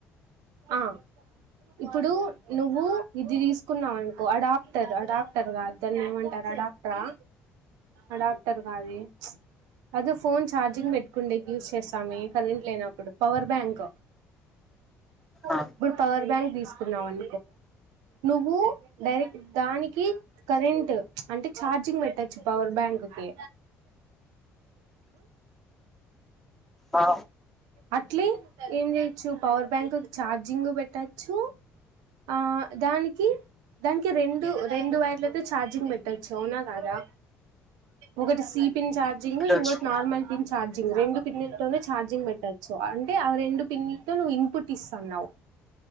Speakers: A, on the right; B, in the centre.
A: ఆ ఇప్పుడు నువ్వు ఇది తీసుకున్నావు అనుకో అడాప్టర్ అడాప్టర్ కా దాని ఏమ అడాప్టర్ ఆ అడాప్టర్ కాదే ఏదో ఫోన్ ఛార్జింగ్ పెట్టు కుండేకి యూజ్ చేస్తామ కరెంట్ లేనప్పుడు పవర్ బ్యాంక్
B: ఆ
A: ఇప్పుడు పవర్ బ్యాంక్ తీసుకున్నామం నువ్వు డైరెక్ట్ దానికి కరెంట్ అంటే చార్జింగ్ పెట్టచ్చు పవర్ బ్యాంక్ కి
B: ఆ
A: అట్లీ ఏం చేయచ్చు పవర్ బ్యాంక్ చార్జింగ్ పెట్టచ్చు ఆ దానికి దానికి రెండు రెండు వైర్లు అయితే ఛార్జింగ్ పెట్టొచ్చు అవునా కాదా ఒకటి సి పిన్ ఛార్జింగ్
B: పెట్టచ్చు
A: ఇంకోకటి నార్మల్ పిన్ ఛార్జింగ్ రెండు పిన్నిలు చార్జింగ్ ఛార్జింగ్ పెట్టచ్చు అంటే ఆ రెండు పిన్లు తో నువ్వు ఇన్పుట్ ఇస్తున్నావు